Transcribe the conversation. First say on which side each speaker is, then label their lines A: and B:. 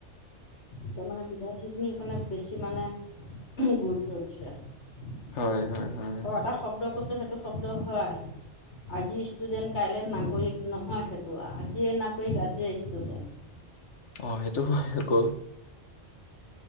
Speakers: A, on the left (about 70°); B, on the left (about 85°).
A: এয়া মানে বিদ্যাৰ্থী খিনি মানে বেছি মানে- গুৰুত্ব দিছে আৰু
B: হয় হয় হয়
A: এটা- শব্দ কৈছে সেইটো শব্দ হয় আজি ষ্টুডেন্ট কাইলে নাগৰিক- নহয় সেইটো আজিয়ে নাগৰিক আজিয়ে ষ্টুডেণ্ট।
B: অ সেইটো হয় আকৌ-